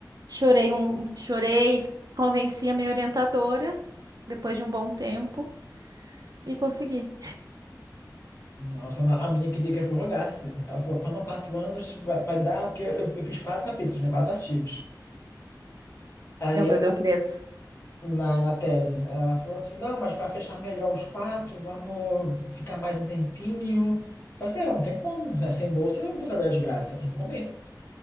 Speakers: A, on the right (about 55°); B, on the left (about 35°).
A: Chorei um, chorei, convenci a minha orientadora depois de um bom tempo e consegui.
B: Nossa, na- a minha queria que eu prorrogasse. Ela falou, quando quatro anos vai, vai dar, porque eu, eu fiz quatro capítulos, né? Quatro artigos. Aí
A: Eu, meu Deus, três.
B: na, na tese. Ela falou assim: não, mas para fechar melhor os quatro, vamos ficar mais um tempinho. Só que eu falei: não, não tem como, né? Sem bolsa eu não vou trabalhar de graça, tem que comer.